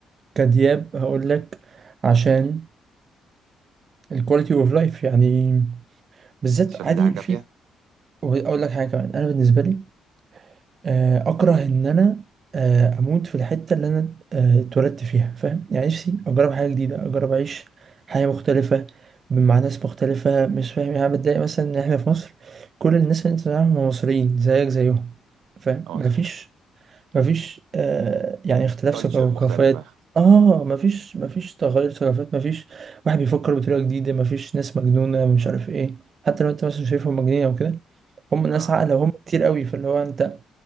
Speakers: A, on the right (about 45°); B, on the right (about 85°).
A: كدياب هقول لك عشان الكواليتي اوف لايف يعني بالذات
B: أنت شايف
A: عادي
B: إن دي حاجة كافية؟
A: في وأقول لك حاجة كمان أنا بالنسبة لي آه، اكره ان انا آه، اموت في الحته اللي انا آه، اتولدت فيها فاهم يعني نفسي اجرب حاجه جديده اجرب اعيش حياه مختلفه مع ناس مختلفه مش فاهم يعني أنا بتضايق مثلا ان احنا في مصر كل الناس اللي انت تعرفهم هم مصريين زيك زيهم فاهم
B: اه
A: مفيش
B: مظبوط
A: مفيش آه يعني اختلاف
B: كالتشر
A: ثقافات
B: مختلفة
A: اه مفيش مفيش تغير ثقافات مفيش واحد بيفكر بطريقه جديده مفيش ناس مجنونه مش عارف ايه حتى لو انت مثلا شايفهم مجانين او كده هم ناس
B: اه
A: عاقله وهم كتير قوي فاللي هو انت